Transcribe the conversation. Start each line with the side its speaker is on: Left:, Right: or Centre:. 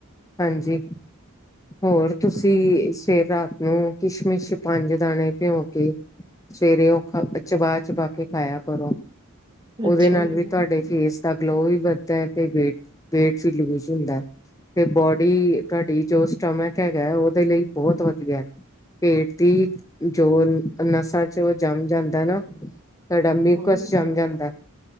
Left: ਹਾਂਜੀ, ਹੋਰ ਤੁਸੀਂ ਸ ਰਾਤ ਨੂੰ ਕਿਸ਼ਮਿਸ਼ ਪੰਜ ਦਾਣੇ ਭਿਉ ਕੇ ਸਵੇਰੇ ਉਹ ਖਾ ਚਬਾ ਚਬਾ ਕੇ ਖਾਇਆ ਕਰੋ। ਉਹਦੇ
Right: ਅੱਛਾ
Left: ਨਾਲ
Right: ਜੀ।
Left: ਵੀ ਤੁਹਾਡੇ ਫੇਸ ਤਾਂ ਗਲੋ ਵੀ ਵੱਧਦਾ ਹੈ ਤੇ ਵੇਟ ਵੇਟ ਵੀ ਲੂਜ ਹੁੰਦਾ। ਤੇ ਬੋਡੀ ਤੁਹਾਡੀ ਜੋ ਸਟਮਿਕ ਹੈਗਾ ਉਹਦੇ ਲਈ ਬਹੁਤ ਵਧੀਆ, ਪੇਟ ਦੀ ਜੋ ਨਸ਼ਾਂ ਚ ਉਹ ਜੰਮ ਜਾਂਦਾ ਨਾ ਤੁਹਾਡਾ ਮਿਊਕਸ
Right: ਹੂੰ,
Left: ਜਮ ਜਾਂਦਾ।